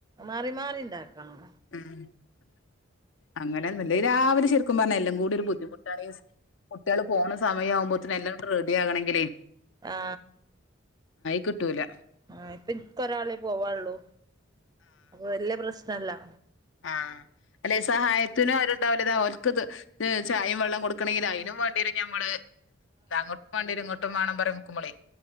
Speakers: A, on the right; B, on the left.
A: മാറി മാറി ഇൻ ണ്ടാക്കണം
B: ഉം അങ്ങനെ ഒന്ന് ഇല്ല ഇ രാവിലെ ശെര് ക്കും പർഞ്ഞ എല്ലം കൂടി ഒരു ബുദ്ധിമുട്ടാണി ഇസ് കുട്ടാൾ പോണ സമയാവുമ്പോത്തിന് എല്ലംങ്ങട്ട് റെഡിയാകണെങ്കിലേ
A: ആ
B: കിട്ടൂല
A: ആ ഇപ്പം ഇൻക്കൊരാളെ പോവാള്ളൂ അപ്പൊ വല്ല്യ പ്രശ് സല്ലാ
B: ആ അല്ലേയ് സഹായത്തിന് ഒരോ ണ്ടാവില്ല ഇതാ ഓൽക്ക് ഇത് ത് ചായേം വെള്ളം കൊട്ക്കണങ്കി അയ്നും വാണ്ടെരും ഞമ്മൾ ഇത് അങ്ങോട്ടും വാണ്ടെരും ഇങ്ങട്ടും വാണം <unintelligible>